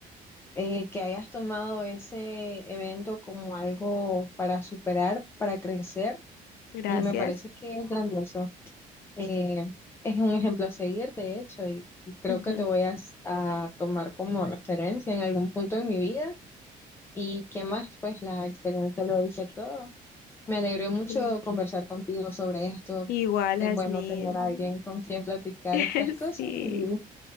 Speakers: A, on the left; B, on the left.
A: eh, que hayas tomado ese evento como algo para superar, para crecer,
B: Gracias.
A: y me parece que es grandioso. Eh, es un ejemplo a seguir, de hecho, y creo
B: Ujú.
A: que te voy a, s- a tomar como referencia en algún punto de mi vida. ¿Y qué más? Pues la experiencia lo dice todo. Me alegró mucho
B: Sí.
A: conversar contigo sobre esto.
B: Igual,
A: Es
B: Jasmine.
A: bueno tener a alguien con quien platicar
B: <laughs>
A: estas cosas
B: Sí.
A: y